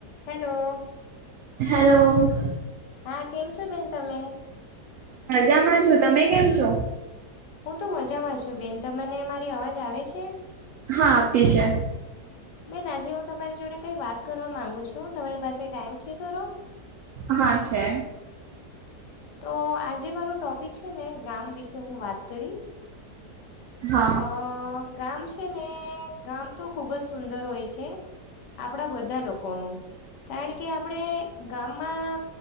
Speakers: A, on the left; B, on the right.
A: Hello.
B: Hello.
A: હા કેમ છો બેન તમે?
B: મજામાં છુ, તમે કેમ છો?
A: હું તો મજામાં છું બેન, તંમને મારી અવાજ આવે છે?
B: હા આવતી છે.
A: બેન આજે હું તમારી જોડે કઈ વાત કરવા માંગુ છું તમારી પાસે ટાઈમ છે ખરો?
B: હા છે.
A: તો આજે મારું ટોપીક છે ને ગામ વિશે હું વાત કરીશ
B: હા
A: અ ગામ છે ને ગામ તો ખુબ જ સુંદર હોય છે આપળા બધા લોકોનું, કારણ કે આપળે ગામમાં